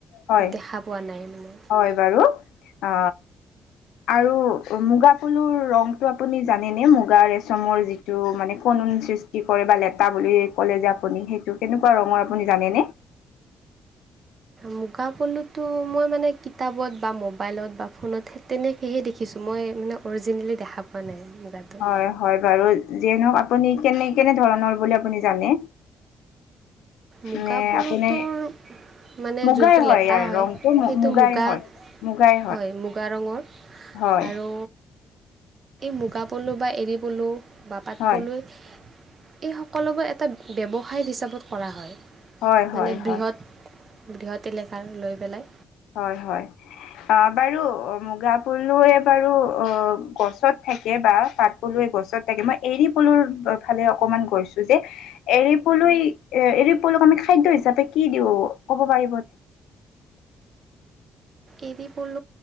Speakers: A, on the left (about 85°); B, on the right (about 40°).
A: হয়
B: দেখা পোৱা নাই মানে
A: হয় বাৰু অ আৰু মুগাাপুলুৰ ৰং টো আপুনি জানেনেে মুগা ৰেচমৰ যিটো মানে কনুন সৃষ্টি কৰে বা লেটা বুলি ক'লে যে আপুনি সেইটো কেনেকুৱা ৰঙৰ আপুনি জানেনে
B: মুগা পলুতো মই মানে কিতাপত বা মবাইলত বা ফোনত তেনেকেহে দেখিছো মই মানে অৰিজিনেলি দেখা পোৱা নাই মুগাটো
A: হয় হয় বাৰু যিয়নক আপুনি কেনে কেনে ধৰণৰ বুলি আপুনি জানে
B: মুগাাপুলুটোৰ
A: নে আপুনি
B: মানে
A: মুগাই
B: যোনটো লেটা
A: ইয়াৰ
B: হয়
A: ৰংটো
B: সেইটো
A: মুগাই
B: মুগা
A: হয়। মুগাই
B: হয় মুগা ৰঙৰ
A: হয়
B: আৰু মুগ পলু বা এৰিবলৈোঁ বা পাতবলৈ
A: হয়
B: এই সকলোবোৰ এটা ব্যৱসায় হিচাপত কৰা হয়
A: হয় হয়
B: মানে
A: হয় হয়
B: বৃহৎ বৃহৎ এলেকাৰ লৈ পেলাই
A: হয় হয় অ বাৰু মুগা ফুলো ব অ গছত থাকে বা পাত পলুৱে গছত থাকে মই এৰী পলুৰ ফালে অকমান গৈছো যে এৰিপলৈ এ এৰিপলৈক আমি খাদ্য হিচাপে কি দিওঁ ক'ব পাৰি
B: এই পল